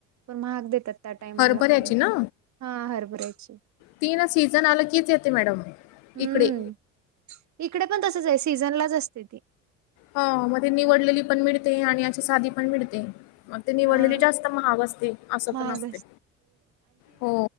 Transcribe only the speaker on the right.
पण महाग देतात त्या टायमाला
हा हरभरायची
हम्म
इकडे पण तसच आहे सीझन लाच असते ती
हा
महाग